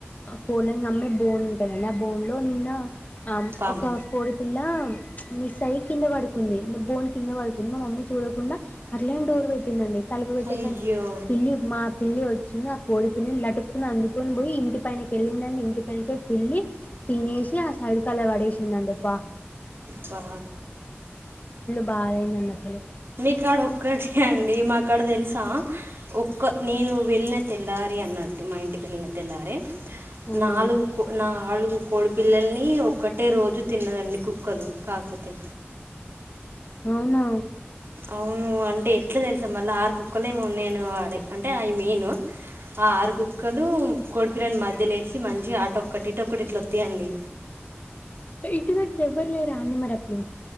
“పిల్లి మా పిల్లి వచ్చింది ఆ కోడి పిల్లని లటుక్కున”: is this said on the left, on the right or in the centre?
Left